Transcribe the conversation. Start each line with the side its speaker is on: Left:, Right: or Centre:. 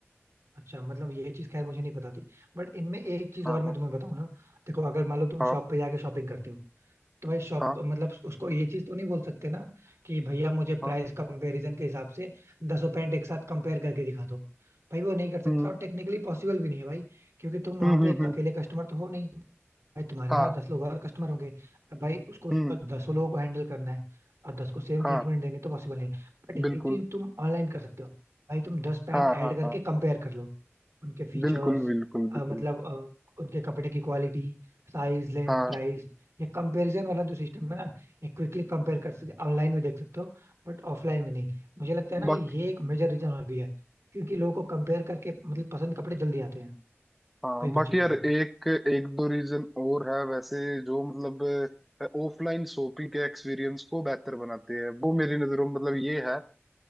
Right: अच्छा मतलब ये चीज खैर मुझे नहीं पता थी बट इनमें एक चीज
Centre: हाँ
Right: और मैं
Centre: हाँ
Right: तुम्हें बताऊं ना देखो अगर मान लो तुम
Centre: हाँ
Right: शॉप पे जाके शॉपिंग करते हो तो भाई शॉप
Centre: हाँ
Right: मतलब उसको ये चीज तो नहीं बोल सकते ना कि भैया मुझे
Centre: हाँ
Right: प्राइस कंपैरिजन के हिसाब से दसों पैंट एक साथ कंपेयर करके दिखा दो भाई वो नहीं कर सकता
Centre: हम्म
Right: और टेक्निकली पॉसिबल भी नहीं है भाई क्योंकि तुम वहां
Centre: हम्म
Right: पे
Centre: हम्म
Right: एक
Centre: हम्म,
Right: अकेले कस्टमर तो हो नहीं भाई तुम्हारे
Centre: हाँ
Right: यहाँ दस लोग और कस्टमर होंगे अब भाई उसको
Centre: हम्म
Right: दसों लोगों को हैंडल करना है और दस को सेम
Centre: हाँ
Right: ट्रीटमेंट देने तो पॉसिबल नहीं है बट ये
Centre: बिल्कुल
Right: चीज तुम ऑनलाइन कर सकते हो भाई तुम दस पैंट
Centre: हाँ
Right: ऐड
Centre: हाँ
Right: करके
Centre: हाँ
Right: कंपेयर कर लो उनके फीचर्स
Centre: बिल्कुल बिल्कुल बिल्कुल
Right: मतलब अ, उनके कपड़े की क्वालिटी साइज लेंथ
Centre: हाँ
Right: प्राइस ये कंपैरिजन वाला जो सिस्टम है ना ये क्विकली कंपेयर कर सकते ऑनलाइन भी देख सकते हो बट ऑफलाइन में नहीं मुझे लगता है ना कि
Centre: हाँ
Right: ये एक मेजर रीजन और भी है क्योंकि लोगों को कंपेयर करके मतलब पसंद कपड़े जल्दी आते हैं
Centre: हाँ
Right: कोई भी
Centre: बाकी
Right: चीज़
Centre: यार
Right: है
Centre: एक एक दो रीजन और है वैसे जो मतलब ऑफलाइन शॉपिंग के एक्सपीरियंस को बेहतर बनाते हैं वो मेरी नजरों में मतलब ये है अ,